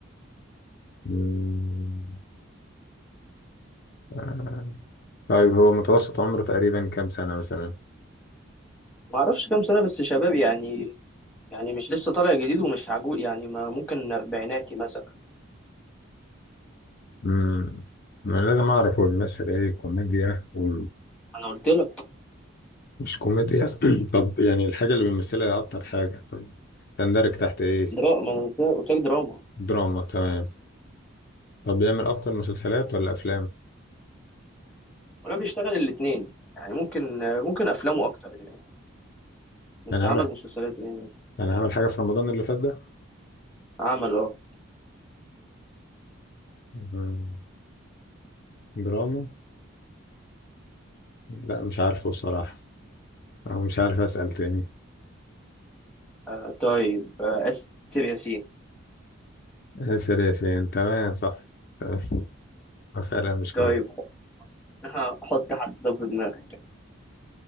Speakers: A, on the left; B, in the centre.
A: مم. آه. طيب هو متوسط عمره تقريبا كام سنة مثلا
B: ما اعرفش كام سنة بس شباب يعني يعني مش لسه طالع جديد ومش عجوز يعني ما ممكن اربعيناتي مثلا
A: امم ما أنا لازم اعرف هو بيمثل ايه كوميديا و...
B: انا قلت لك
A: مش كوميديا <clears throat> طب يعني الحاجة اللي بيمثلها هي أكتر حاجة طب تندرج تحت إيه؟
B: دراما ما انا قلت لك دراما
A: دراما تمام طب بيعمل أكتر مسلسلات ولا أفلام؟
B: ولا بيشتغل الاثنين يعني ممكن ممكن افلامه اكتر يعني بس
A: يعني عامل
B: عمل مسلسلات يعني
A: يعني عامل حاجة في رمضان اللي فات ده؟
B: عمل اه
A: مم، دراما؟ لا مش عارفه بصراحة أو مش عارف أسأل تاني
B: آه، طيب آه، اسر ياسين
A: آسر ياسين تمام صح تمام <laughs> آه، فعلا مش كوميدي
B: طيب <laughs> ح- حط حد ده في دماغك